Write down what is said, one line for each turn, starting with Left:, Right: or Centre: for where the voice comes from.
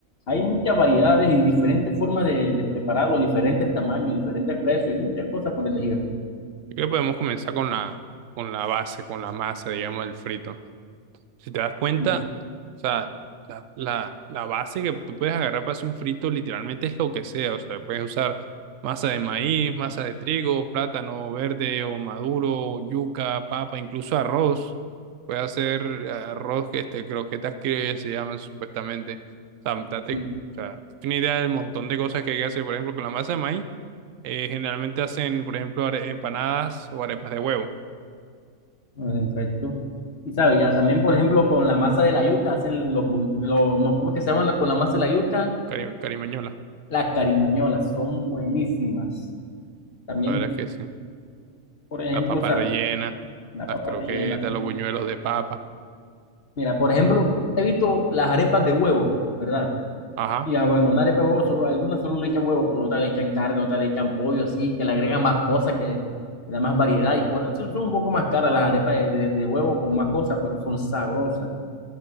Left: Hay muchas variedades y diferentes formas de, de prepararlo, diferentes tamaños, diferentes precios, hay muchas cosas por elegir.
Right: creo que podemos comenzar con la, con la base, con la masa, digamos, del frito. Si te das cuenta,
Left: Sí,
Right: o sea, la, la, la base que tú puedes agarrar para hacer un frito literalmente es lo que sea. O sea, puedes usar masa de maíz, masa de trigo, plátano verde o maduro, yuca, papa, incluso arroz. Puedes hacer arroz, que este, croquetas que se llaman supuestamente. O sea, date,
Left: sí,
Right: o sea, tienes idea del montón de cosas que hay que hacer. Por ejemplo, con la masa de maíz, eh, generalmente hacen, por ejemplo, are- empanadas o arepas de huevo,
Left: en efecto. Y sabe, ya también, por ejemplo, con la masa de la yuca hacen los, bu- los no, ¿cómo es que se llaman con la masa de la yuca?
Right: cari- carimañola.
Left: Las carimañolas, son buenísimas. También,
Right: La verdad es que sí.
Left: por ejemplo,
Right: las papas
Left: o sea,
Right: rellenas,
Left: Una
Right: las
Left: papa
Right: croquetas,
Left: rellena. uf.
Right: los buñuelos de papa.
Left: Mira, por ejemplo, he visto las arepas de huevo, ¿verdad?
Right: Ajá.
Left: Y ah, bueno, una arepa de huevo, solo, algunas solo le echan huevo, por otras le echan carne, otras le echan pollo, así, que le agregan más cosas, que le da más variedad. Y por eso son un poco más caras las arepas de, de- de huevo con más cosas, pero son sabrosas.